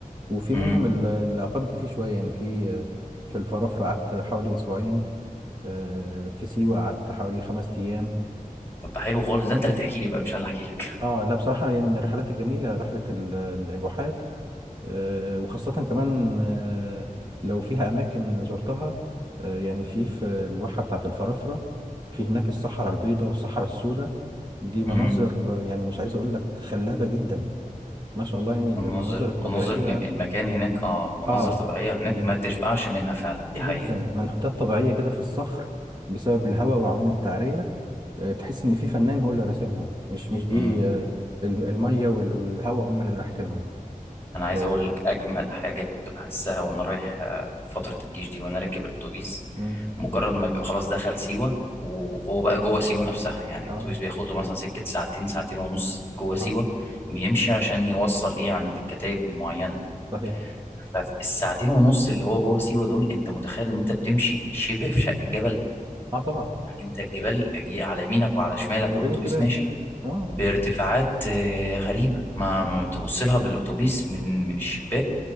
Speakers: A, on the right; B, on the left.
A: وفي
B: امم
A: منهم ال- اللي أقمت فيه شوية يعني في آه، في الفرافرة قعدت حوالي أسبوعين آه، في سيوة قعدت حوالي خمس أيام
B: طب ده حلو خالص ده انت اللي تحكي لي بقى مش انا اللي احكي لك <laughs>
A: اه لا بصراحة يعني من الرحلات الجميلة رحلة ال- ال- الواحات آه، وخاصة كمان آه، لو فيها أماكن زرتها آه، يعني في في الواحة بتاعة الفرافرة في هناك الصحراء البيضاء والصحراء السوداء دي مناظر
B: امم
A: آه، يعني مش عايز أقول لك خلابة جدا ما شاء الله يعني
B: مناظر
A: المناظر الطبيعية
B: مناظر جم... المكان هناك اه مناظر
A: اه
B: طبيعية هناك
A: يعني
B: ما تشبعش منها فعلا دي
A: جدا
B: حقيقة
A: منحوتات طبيعية كده في الصخر بسبب الهواء وعوامل التعرية آه، تحس إن في فنان هو اللي راسمهم مش مش دي
B: امم
A: آه، الم- المية وال- والهواء هم اللي نحتينهم
B: انا
A: اه
B: عايز اقول لك اجمل حاجة كنت بحسها وانا رايح آه، فترة الجيش دي وانا راكب الاتوبيس
A: مم،
B: مجرد ما بيبقى خلاص دخل سيوة وهو بقى جوه سيوة نفسها يعني
A: اه
B: الاتوبيس بياخد له مثلا سكة ساعتين ساعتين ونص جوه
A: اه
B: سيوة بيمشي عشان يوصل ايه عند الكتايب المعينة
A: صحيح
B: فالساعتين ونص اللي هو جوه سيوه دول انت متخيل ان انت بتمشي شبه في شق الجبل
A: اه طبعا
B: يعني انت الجبال جي- على يمينك وعلى شمالك
A: ما بين
B: والاتوبيس
A: الجبال
B: ماشي
A: اه
B: بارتفاعات آه، غريبه ما
A: أي،
B: تبص لها بالاتوبيس من من الشباك